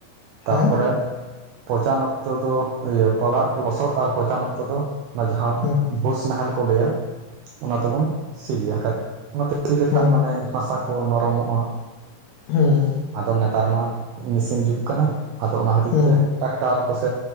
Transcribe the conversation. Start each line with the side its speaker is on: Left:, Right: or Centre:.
Right: ᱛᱟᱯᱚ
Left: ᱦᱮᱸ
Right: ᱨᱮ ᱯᱚᱪᱟᱱ ᱚᱠᱛᱚ ᱫᱚ ᱤᱭᱟᱹ ᱯᱟᱲᱟᱜ ᱞᱚᱥᱚᱫ ᱟᱨ ᱯᱚᱪᱟᱱ ᱚᱠᱛᱚ ᱫᱚ ᱚᱱᱟ ᱡᱟᱦᱟᱸ
Left: ᱦᱮᱸ
Right: ᱵᱷᱳᱥ ᱱᱟᱦᱮᱞ ᱠᱚ ᱞᱟᱹᱭᱟ ᱚᱱᱟ ᱛᱮᱵᱚᱱ ᱥᱤ ᱜᱮᱭᱟ ᱠᱷᱟᱡ ᱚᱱᱟᱛᱮ ᱥᱤ ᱞᱮᱠᱷᱟᱱ
Left: ᱦᱩᱸ
Right: ᱢᱟᱱᱮ ᱦᱟᱥᱟ ᱠᱚ ᱱᱚᱨᱚᱢᱚᱜᱼᱟ᱾
Left: ᱦᱮᱸ
Right: ᱟᱫᱚ ᱱᱮᱛᱟᱨ ᱢᱟ ᱢᱮᱥᱤᱱ ᱡᱩᱜᱽ ᱠᱟᱱᱟ ᱟᱫᱚ ᱚᱱᱟ ᱦᱚᱛᱮᱡ
Left: ᱦᱩᱸ
Right: ᱛᱮ ᱴᱨᱟᱠᱴᱟᱨ ᱠᱚᱥ